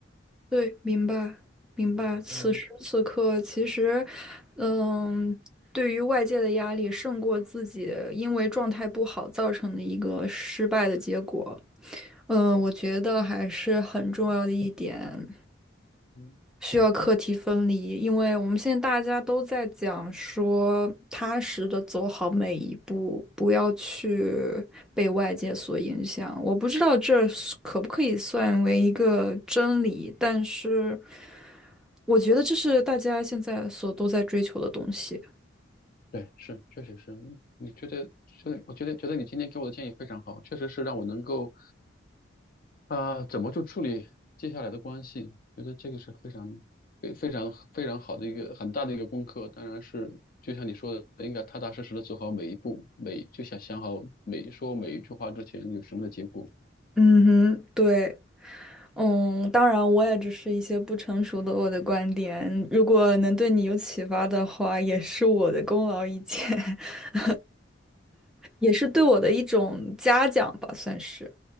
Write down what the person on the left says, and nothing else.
嗯
嗯，
对，是确实是，嗯你觉得觉得我觉得觉得你今天给我的建议非常好，确实是让我能够啊、呃怎么去处理接下来的关系，觉得这个是非常非非常非常好的一个很大的一个功课，当然是。就像你说的，应该踏踏实实的走好每一步，每就想想好每说每一句话之前有什么的结果。